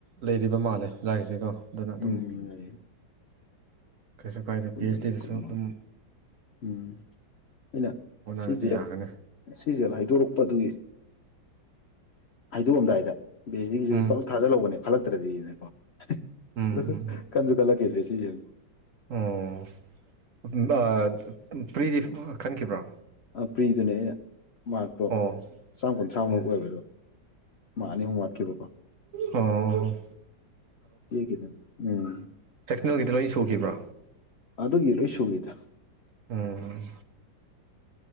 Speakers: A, on the right; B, on the left.
A: ꯂꯩꯔꯤꯕ ꯃꯥꯜꯂꯦ ꯑꯣꯖꯥꯒꯤꯁꯦꯀꯣ ꯑꯗꯨꯅ
B: ꯎꯝ
A: ꯑꯗꯨꯝ
B: ꯂꯩꯌꯦ
A: ꯀꯩꯁꯨ ꯀꯥꯏꯗ
B: ꯀꯨꯟꯃꯔꯤ
A: ꯄꯤ ꯍꯩꯁ ꯗꯤꯗꯁꯨ
B: ꯀꯨꯟꯃꯉꯥ
A: ꯁꯨꯝ
B: ꯎꯝ ꯑꯩꯅ
A: ꯍꯣꯠꯅꯔꯗꯤ
B: ꯁꯤꯁꯦ
A: ꯌꯥꯒꯅꯤ
B: ꯁꯤꯖꯦꯜ ꯍꯥꯏꯗꯣꯔꯛꯄ ꯑꯗꯨꯒꯤ ꯍꯥꯏꯩꯗꯣꯛꯑꯝꯗꯥꯏꯗ ꯕꯤꯁ ꯗꯤꯒꯤꯁꯤꯁꯨ
A: ꯎꯝ
B: ꯇꯂꯞ ꯊꯥꯖꯜꯍꯧꯕꯅꯦ ꯈꯜꯂꯛꯇ꯭ꯔꯗꯤꯅꯦꯀꯣ
A: ꯎꯝ ꯎꯝ
B: ꯈꯟꯁꯨ ꯈꯜꯂꯛꯈꯤꯗ꯭ꯔꯦ ꯁꯤꯖꯤ
A: ꯑꯣ ꯐ꯭ꯔꯤꯗꯤ ꯈꯟꯈꯤꯕ꯭ꯔꯥ
B: ꯐꯔꯤ ꯗ ꯑꯩꯅꯥ ꯃꯥꯇꯣ
A: ꯑꯣ
B: ꯆꯥꯝꯃ ꯀꯨꯟꯊ꯭ꯔꯥꯃꯨꯛ
A: ꯑꯣ
B: ꯑꯣꯏꯕꯗꯣ ꯃꯥ ꯑꯅꯤ ꯑꯍꯨꯝ ꯋꯥꯠꯈꯤꯕꯀꯣ
A: ꯑꯣ
B: ꯀꯗ ꯎꯝ
A: ꯀꯩꯅꯣꯒꯤꯗꯤ ꯂꯣꯏ ꯁꯨꯈꯤꯕ꯭ꯔꯥ
B: ꯑꯗꯨꯒꯤ ꯂꯣꯏ ꯁꯨꯒꯤꯗꯥ
A: ꯎꯝ